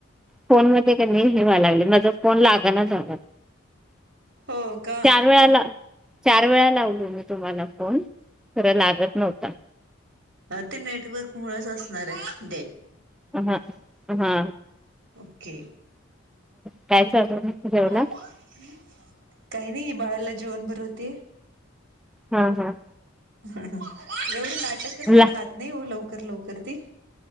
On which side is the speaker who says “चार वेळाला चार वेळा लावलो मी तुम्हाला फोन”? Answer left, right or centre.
Centre